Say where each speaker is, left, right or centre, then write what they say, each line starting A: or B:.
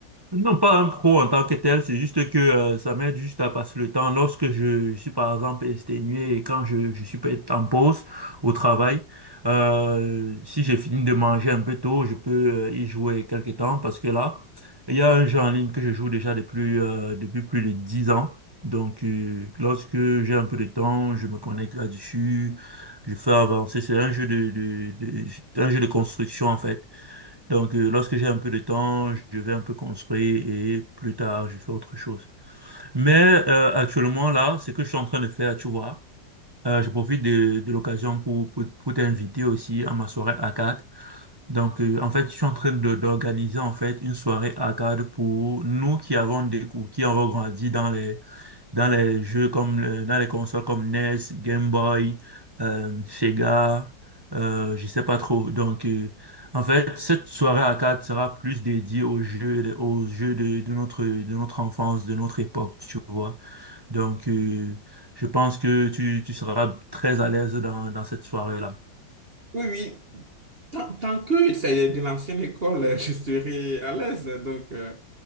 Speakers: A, on the right (about 15°); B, on the right (about 35°).
A: Non, pas un pro en tant que tel, c'est juste que euh, ça m'aide juste à passer le temps. Lorsque je, je suis par exemple exténué et quand je, je suis peut-être en pause au travail, euh, si j'ai fini de manger un peu tôt, je peux euh, y jouer quelques temps parce que là, il y a un jeu en ligne que je joue déjà depuis, euh, depuis plus de 10 ans. Donc, euh, lorsque j'ai un peu de temps, je me connecte là-dessus, je fais avancer. C'est un jeu de, de, de- un jeu de construction en fait. Donc, euh, lorsque j'ai un peu de temps, je vais un peu construire et plus tard, je fais autre chose. Mais euh, actuellement, là, ce que je suis en train de faire, tu vois, euh, je profite de, de l'occasion pour, pour, pour t'inviter aussi à ma soirée arcade. Donc, euh, en fait, je suis en train de- d'organiser en fait une soirée arcade pour nous qui avons des, qui avons grandi dans les, dans les jeux comme le- dans les consoles comme NES, Game Boy, euh, Sega, euh, je sais pas trop. Donc, euh, en fait, cette soirée arcade sera plus dédiée aux jeux, aux jeux de, de notre, de notre enfance, de notre époque, tu vois. Donc, euh, je pense que tu, tu seras très à l'aise dans, dans cette soirée-là.
B: Oui, oui. Tant, tant que c'est de l'ancienne école, <laughs> je serai à l'aise. Donc, euh,